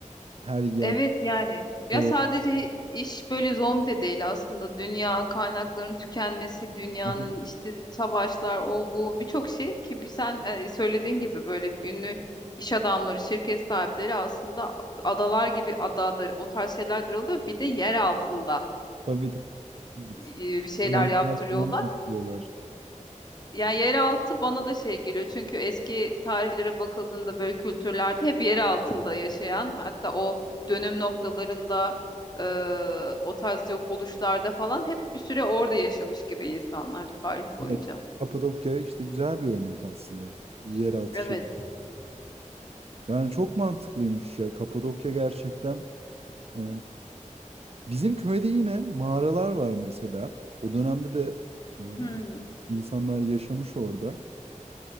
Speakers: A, on the right (about 50°); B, on the left (about 30°).
A: her yer
B: Evet yani ya
A: şey
B: sadece
A: o.
B: iş böyle zombi de değil aslında dünya kaynakların tükenmesi dünyanın
A: Aha,
B: işte savaşlar o bu birçok şey ki bir sen e, söylediğin gibi böyle ünlü iş adamları şirket sahipleri aslında adalar gibi adadır o tarz şeyler oluyor bir de yer altında
A: tabii tabii. Evet.
B: e, bir şeyler
A: Anahtar
B: yaptırıyorlar.
A: falan yapıyorlar.
B: Ya yeraltı bana da şey geliyor çünkü eski tarihlere bakıldığında böyle kültürlerde hep yer altında yaşayan hatta o dönüm noktalarında e, o tarz yok oluşlarda falan hep bir süre orada yaşamış gibi insanlar tarih boyunca.
A: Evet. Kapadokya işte güzel bir örnek aslında. Bir yeraltı
B: Evet.
A: şey. Yani çok mantıklıymış ya. Kapadokya gerçekten e, Bizim köyde yine mağaralar var mesela. O dönemde de e,
B: Hmm.
A: insanlar yaşamış orada.